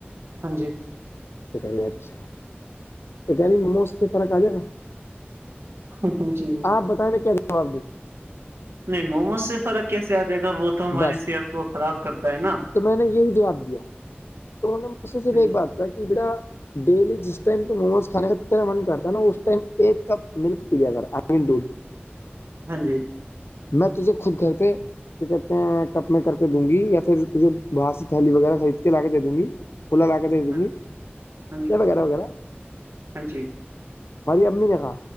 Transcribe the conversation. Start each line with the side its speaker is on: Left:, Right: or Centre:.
Right: ہانجی-
Left: اچھا ب انی موموز سے فرق آ جائے گا-
Right: ہاں ہ جی
Left: آپ بتائیںے کیا جواب د-
Right: نہیں موموز سے فرق کیسے آ جائے گا وہ- تو ہماری
Left: بس
Right: صحت کو خراب کرتا ہے نا
Left: تو میں نے یہی جواب دیا توہوں نے مجھ سے صرف
Right: ہاں
Left: ایک
Right: جی
Left: بات- بق بڑا ڈیلی جس ٹائم تو موموز کھانے کاا من کرتا ہے نا اس ٹائم ایک کپ ملک پیا کر مین دودھ-
Right: ہانجی
Left: میں تجے خود گھر پہ- کیا کہتے ہیں کپ میں کر کے دوں گی یا پھر کھے باہر سے تھیاللی وغیرہ خرید کے لا کے دے دوں گی کھلا ل کے د
Right: ہاں
Left: تمی
Right: ہاں جی
Left: یہ وغیرہ وغیرہ
Right: ہاں جی
Left: ہماری امی نے کہا